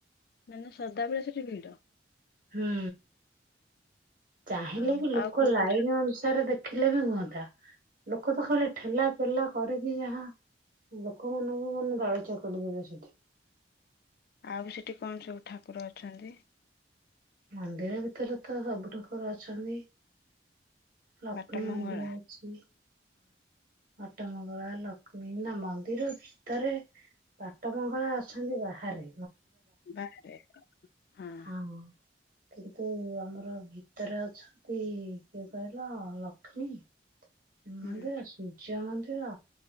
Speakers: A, on the left; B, on the right.
A: ମାନେ ସଦାବେଳେ ସେଠି ଭିଡ?
B: ହୁଁ ଚାହିଁଲେ
A: ଆଉ
B: ବି ଲୋକ
A: ଆଉ କୋଉ
B: ଲାଇନ
A: କୋଉ ଠା
B: ଅନୁସାରେ ଦେ ଦେଖିଲେ ବି ହୁହନ୍ତା ଲୋକ ତ ଖାଲି ଠେଲା ଫେଲା କରିକି ଯାହା ଲୋକମାନଙ୍କୁ ମାନେ ଦଳି ଚକଟି ଦେବେ ସେଠି।
A: ଆଉ ବି ସେଠି କଣ ସବୁ ଠାକୁର ଅଛନ୍ତି?
B: ମନ୍ଦିର ଭିତରେ ତ ସବୁ ଠକୁର ଅଛନ୍ତି। ଲକ୍ଷ୍ମୀ
A: ବାଟ ମଙ୍ଗଳା
B: ମନ୍ଦିର ଅଛି। ବାଟ ମଙ୍ଗଳା ଲକ୍ଷ୍ମୀ ମା ମନ୍ଦିର ବି ଭିତରେ ବାଟ ମଙ୍ଗଳା ଅଛନ୍ତି ବାହାରେ
A: ବାହାରେ ହଁ।
B: ହଁ। କିନ୍ତୁ ଆମର ଭିତରେ ଅଛନ୍ତି କିଏ କହିଲ ଲକ୍ଷ୍ମୀ ଶନି ମନ୍ଦିର
A: ହୁଁ।
B: ସୂର୍ଯ୍ୟ ମନ୍ଦିର